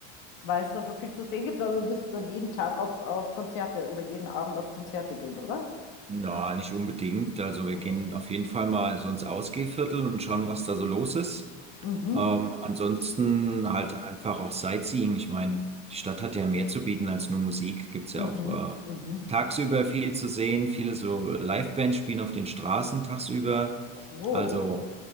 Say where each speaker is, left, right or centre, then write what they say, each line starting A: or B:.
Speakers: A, on the left; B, on the right.
A: Weil es da so viel zu sehen gibt, aber wir müssen dann jeden Tag auf, auf Konzerte oder jeden Abend auf Konzerte gehen, oder?
B: Na, nicht unbedingt. Also wir
A: Mhm,
B: gehen auf jeden Fall mal so ins Ausgehviertel und schauen, was da so los ist.
A: mhm,
B: Ähm, ansonsten halt einfach auch Sightseeing. Ich meine, die Stadt hat ja mehr zu bieten als nur Musik. Gibt's
A: mhm,
B: ja auch äh,
A: mhm.
B: tagsüber viel zu sehen. Viele so Livebands spielen auf den Straßen tagsüber.
A: Oh.
B: Also